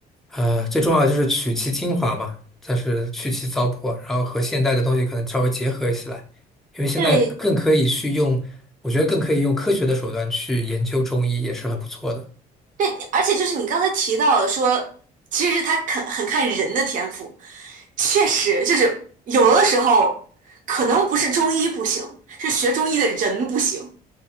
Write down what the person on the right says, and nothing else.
对，
对，而且就是你刚才提到的说，其实他很很看人的天赋，确实就是有的时候可能不是中医不行，是学中医的人不行。